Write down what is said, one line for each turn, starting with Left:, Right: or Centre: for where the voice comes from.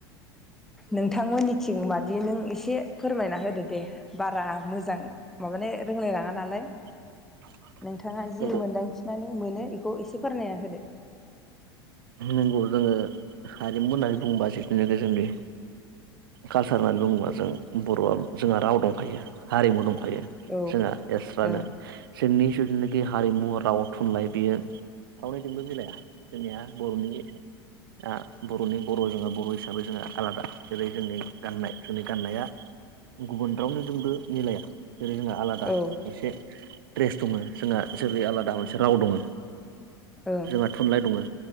Centre: नोंथां‌मोननिथिं मादि नों एसे फोरमायना होदो दे। बारा मोजां माबानो रोंलाय लाङा नालाय
Right: <inaudible>
Centre: नोंथाङा जि
Right: नंगौ
Centre: मोनदांथिनानै मोनो इखौ एसे फोरमायना होदो।
Right: नंगौ जोङो हारिमु होननानै बुङोबा जिथुनोखि जोंनि कालसार होननानै बुङोबा जों बर'आ जोंहा राव दंखायो हारिमु दं खायो।
Centre: औ ओं
Right: जोङा एस्रानो
Centre: औ
Right: जोंनि जोंनि बे हारिमु, राव, थुनलाइ बेयो रावनिजोंबो मिलाया। जोंनिया बर'नि आ बर'नि बर' जोङो बर' हिसाबै जोंहा आलादा। जेरै जोंनि गाननाय जोंनि गाननाया गुबुन रावनिदोंबो मिलाया। जेरै जोंना आलादा
Centre: औ
Right: मोनसे द्रेस दङो। जोंहा जेरै आलादा मोनसे राव दङो,
Centre: ओं
Right: जोंहा थुनलाइ दङो।